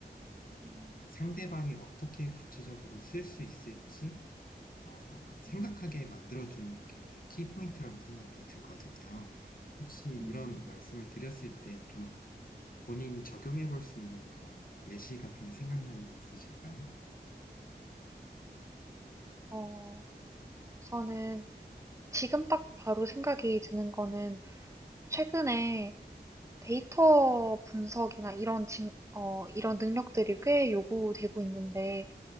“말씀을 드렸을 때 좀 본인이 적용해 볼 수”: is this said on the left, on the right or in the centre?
Left